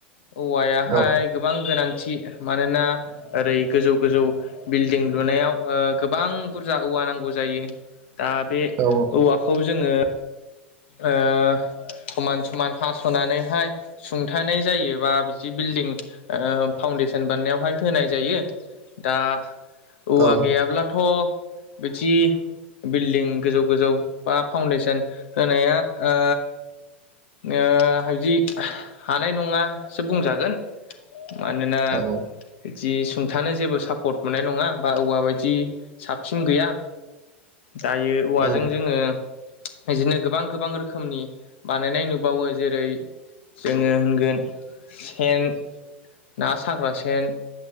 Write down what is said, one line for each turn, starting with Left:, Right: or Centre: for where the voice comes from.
Left: औवाया हाय
Right: औ
Left: गोबां गोनांथि मानोना ओरै गोजौ गोजौ बिल्डिं लुनायाव गोबां बुरजा औवा नांगौ जायो दा बे
Right: औ
Left: औवाखौ जोङो
Right: <inaudible>
Left: ओ समान समान हास'नानैहाय सुंथानाय जायो बा बिदि बिल्डं फाउन्डेसन बानायनायावहाय होनाय जायो दा औवा
Right: औ
Left: गैयाब्लाथ' बिदि बिल्डिं गोजौ गोजौ बा फाउन्डेसन होनाया ओ ओ बिदि हानाय नङासो बुंजागोन मानोना
Right: औ
Left: जि सुंथानो जेबो सापर्ट मोननाय नङा बा औवा बायदि साबसिन गैया दायो औवाजों
Right: औ
Left: जोङो बिदिनो गोबां गोबां रोखोमनि बानायनाय नुबावो जेरै जोङो होनगोन सेन ना साग्रा सेन